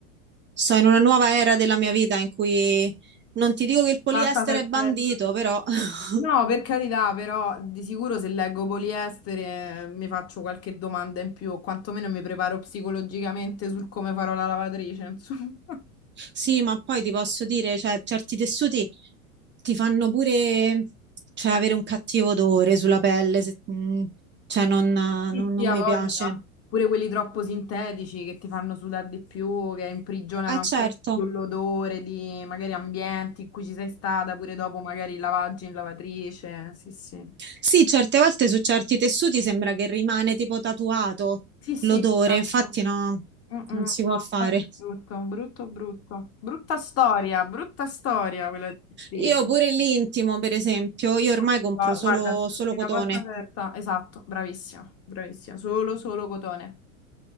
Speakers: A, on the right; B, on the left.
A: Sto in una nuova era della mia vita in cui non ti dico che il poliestere
B: Fatta perfetta.
A: è bandito, però <laughs>
B: No, per carità, però di sicuro se leggo poliestere eh, mi faccio qualche domanda in più, o quantomeno mi preparo psicologicamente sul come farò la lavatrice, insomma. <laughs>
A: sì, ma poi ti posso dire, cioè, certi tessuti ti fanno pure, cioè, avere un cattivo odore sulla pelle, se- mm, cioè, non, non-
B: Sì, Chi
A: non
B: ha
A: mi
B: sì.
A: piace.
B: voglia. Pure quelli troppo sintetici che ti fanno sudare di più, che imprigionano
A: Eh,
B: ancora
A: certo.
B: di più l'odore di magari ambienti in cui ci sei stata, pure dopo magari lavaggi in lavatrice. Sì, sì.
A: Sì, certe volte su certi tessuti sembra che rimane tipo tatuato
B: Sì, sì,
A: l'odore,
B: esatto.
A: infatti no,
B: Mm, mm,
A: non si
B: no,
A: può fare.
B: infatti è brutto, brutto, brutto. Brutta storia, brutta storia quella dei vestiti.
A: Io pure l'intimo, per esempio, io ormai
B: Oddio,
A: compro solo,
B: guarda, sì,
A: solo cotone,
B: la porta aperta. Esatto, bravissima, bravissima. Solo, solo cotone.